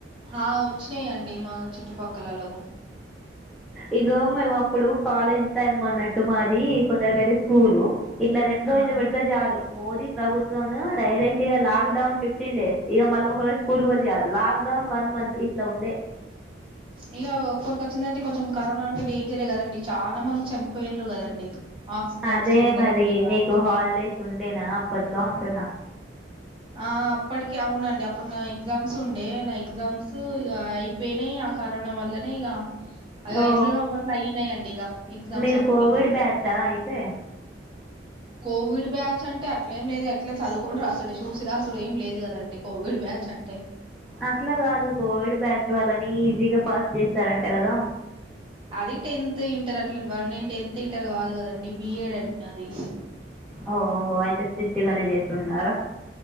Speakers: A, on the right; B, in the centre.
A: ఆ వచ్చినాయిండి మా చుట్టుపక్కలలో
B: ఇగ మేము అప్పుడు కాలేజ్ టైమ్ అన్నట్టు మాది కొందరిక అయితే స్కూల్ ఇట్లా రెండు రోజులు
A: ఆ
B: పెడితే చాలు మోదీ ప్రభుత్వం డైరెక్ట్ గా లాక్ డౌన్ ఫిఫ్టీన్ డేస్ ఇక మళ్ళీ ఒక రోజు స్కూల్కి వదిలి లాక్ డౌన్ వన్ మంత్ ఇట్లా ఉండే
A: ఇక ఒక్కరికి వచ్చిందంటే కొంచెం కరోనా అంటే డేంజరే కదండి. చాలా మంది చనిపోయిన్నారు కదండి ఆక్సిజన్
B: అదే
A: సిలిండర్స్
B: మరి
A: లేక
B: నీకు హాలిడేస్ ఉండేనా అప్పట్లో అంటున్నా
A: ఆ అప్పటికి అవునండి అప్పుడు నా ఎగ్జామ్స్ ఉండే నా ఎగ్జామ్స్ ఇగ అయిపోయినాయి. కరోనా వల్లనే ఇగ అగ
B: ఓ
A: ఎట్లనో గట్లా అయినాయిండి ఇక ఎగ్జామ్స్
B: మీరు
A: అప్పుడు
B: కోవిడ్
A: ఇగ
B: బ్యాచా అయితే
A: కోవిద్ బ్యాచ్ అ అంటే అట్లే ఏం లేదు ఎట్లా చదువుకుంట రాసుడు చూసి రాసుడు ఏం లేదు కదండి. కోవిద్ బ్యాచ్ అంటే
B: అట్లా కాదు కోవిద్ బ్యాచ్ వాళ్ళని ఈజీగా పాస్ చేస్తారంట కదా
A: అది టెన్త్ ఇంటర్ అట్లాంటి వాళ్ళనే నేను టెన్త్ ఇంటర్ కాదు కదండి బిఎడ్ అండి అది
B: ఓ హొ హో అయితే స్ట్రిక్ట్ గానీ చేస్తున్నారా?